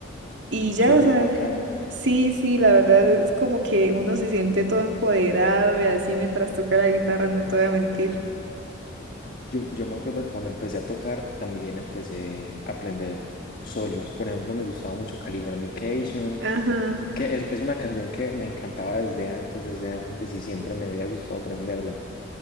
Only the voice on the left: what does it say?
súper
bacano.
Yo, yo me acuerdo que cuando empecé a tocar también empecé a aprender solos. Por ejemplo, me gustaba mucho Californication,
que es, es una canción que me encantaba desde antes, desde antes y siempre me había gustado aprenderla.